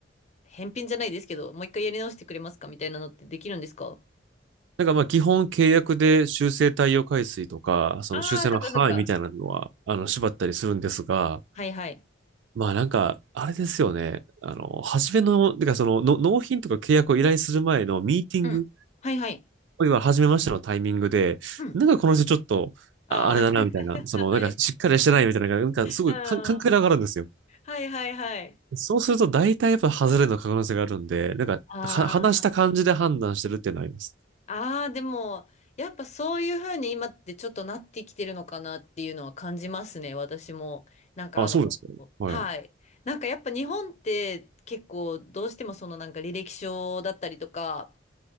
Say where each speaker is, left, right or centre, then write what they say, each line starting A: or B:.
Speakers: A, on the left; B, on the right.
A: 返品じゃないですけど、もう一回やり直してくれますかみたいなのってできるんですか
B: なんかまあ基本契約で修正対応回数とか、その修正の範囲みたいなのは、
A: ああ、そっかそっか。
B: あの、縛ったりするんですが、
A: はいはい。
B: まあなんか、あれですよね。あの、初めの、てかそのの、納品とか契約を依頼する前のミーティング、
A: うん。
B: い
A: はいはい。
B: わゆる初めましてのタイミングで、
A: うん。
B: なんかこの人ちょっと、
A: ああ。
B: ああれだな、
A: <laughs>
B: みたいな、その、
A: はい。
B: なんかしっかりしてないみたいな、なんかすごい感感覚が上がるんですよ。
A: <laughs> ああはいはいはい。
B: そうすると大体やっぱ外れの可能性があるんで、なんか、
A: ああ。
B: は、話した感じで判断してるっていうのはあります。
A: ああ、でも、やっぱそういうふうに今ってちょっとなってきてるのかなっていうのは感じますね、私も。なんかあの、
B: あ、そうですか。はい。
A: はい。なんかやっぱ日本って結構どうしてもそのなんか履歴書だったりとか、